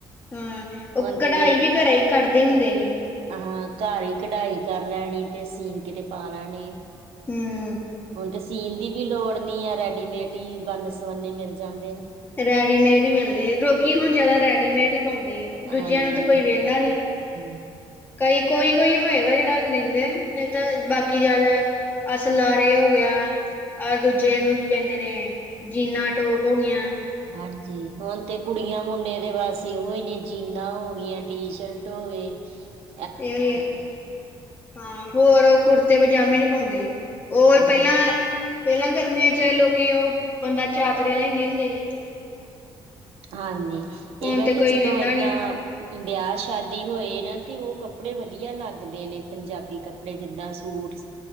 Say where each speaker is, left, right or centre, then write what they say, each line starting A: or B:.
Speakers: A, on the left; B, on the right.
A: ਹਾਂ, ਉਹ
B: ਹੁਣ ਤੇ
A: ਕਢਾਈ
B: ਵੇਖ
A: ਵੀ, ਘਰ ਹੀ ਕਰਦੇ ਹੁੰਦੇ ਸੀ।
B: ਹਾਂ, ਘਰ ਹੀ ਕਢਾਈ ਕਰ ਲੈਣੀ। ਤੇ ਸੀਨ ਕੇ, ਤੇ ਪਾ ਲੈਣੇ।
A: ਹੂੰ
B: ਹੁਣ ਤੇ, ਸੀਨ ਦੀ ਵੀ, ਲੋੜ ਨੀ ਹੈ। ਰੈਡੀਮੇਡ ਹੀ, ਵੰਨ- ਸਵੰਨੇ ਮਿਲ ਜਾਂਦੇ ਨੇ।
A: ਰੈਡੀਮੇਡ ਹੀ ਮਿਲਦੇ। ਲੋਕੀ ਹੁਣ ਜਿਆਦਾ, ਰੈਡੀਮੇਡ ਹੀ ਪਾਉਂਦੇ ਆ।
B: ਹਾਂਜੀ
A: ਦੂਜਿਆਂ ਨੂੰ ਤੇ, ਕੋਈ ਵਹਿੰਦਾ ਨੀ।
B: ਹਮ।
A: ਕਈ ਕੋਈ-ਕੋਈ ਹੋਏਗਾ ਜਿਹੜਾ ਲੈਂਦੇ। ਨਹੀਂ ਤਾਂ, ਬਾਕੀ ਗੱਲ ਹੈ। ਅਸਲਾ ਨੇ ਹੋ ਗਿਆ। ਆ ਦੂਜੇ ਨੂੰ, ਕੀ ਕਹਿੰਦੇ ਨੇ। ਜੀਨਾ, ਟੋਕ ਹੋ ਗਿਆਂ।
B: ਹਾਂਜੀ। ਹੁਣ ਤੇ ਕੁੜੀਆਂ, ਮੁੰਡੇ ਦੇ ਵਾਸੀ। ਹੋਏ ਨੇ ਜੀਨਾ ਹੋ, ਗਈਆਂ ਟੀਸ਼ਰਟ ਹੋਵੇ। ਹ <unintelligible>
A: ਹਾਂ। ਹੋਰ ਕੁੜਤੇ, ਪਜਾਮੇ ਨਹੀਂ ਪਾਉਂਦੇ। ਉਹ,
B: ਹਾਂਜੀ।
A: ਪਹਿਲਾਂ, ਪਹਿਲਾਂ ਕਰਨੀਆਂ ਚ ਲੋਕੀ ਉਹ ਚਾਦਰੇ, ਲੈਂਦੇ ਹੁੰਦੇ ਸੀ।
B: ਹਾਂਜੀ।
A: ਹੁਣ
B: ਇਹਦਾ
A: ਤੇ
B: ਵੀ
A: ਕੋਈ
B: ਜਦੋਂ
A: ਵਹਿੰਦਾ
B: ਏਦਾਂ।
A: ਨਹੀਂ
B: ਵਿਆਹ- ਸ਼ਾਦੀ, ਹੋਏ ਨਾ ਤੇ, ਉਹ ਕੱਪੜੇ ਵਧੀਆ ਲੱਗਦੇ ਨੇ। ਪੰਜਾਬੀ ਕੱਪੜੇ, ਜਿੰਦਾ ਸੂਟ।